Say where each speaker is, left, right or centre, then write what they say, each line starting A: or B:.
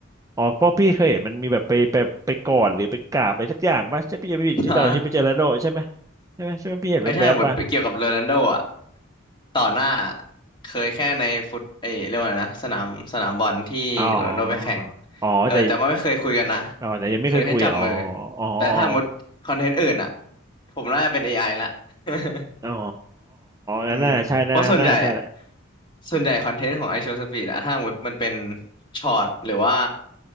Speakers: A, on the right; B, on the left.
A: อ๋อเพราะพี่เคยเห็นมันมีแบบไปไปไปกอดหรือไปกราบอะไรสักอย่างป่ะใช่พี่จะไม่ผิดที่ตอนที่ไปเจอแล้วโดใช่ไหม
B: ำ <laughs> อ่า
A: ใช่ไหมใช่ไหมพี่เห็นแวบๆป่ะ
B: ไอ้ถ้าหมดเกี่ยวกับโรนัลโดอ่ะต่อหน้าเคยแค่ในฟุตเอยเรียกว่าไงนะสนามสนามบอลที่โรนัลโดไปแข่ง
A: อ๋ออ๋อแต่
B: เออแต่ว่าไม่เคยคุยกันนะ
A: อ๋อแต่ยังไม่เคยคุยอ๋อ
B: เคยแค่จับมือ
A: อ๋ออ๋อ
B: แต่ถ้าหมดคอนเทนต์อื่นอ่ะผมน่าจะเป็น AI ละ <laughs>
A: อ๋อ
B: อืมเพราะส่วนใหญ่อะ
A: งั้นน่าใช่น่าน่าใช่แหละ
B: ส่วนใหญ่คอนเทนต์ของไอโชว์สปีดอะถ้าหมดมันเป็นช็อตหรือว่า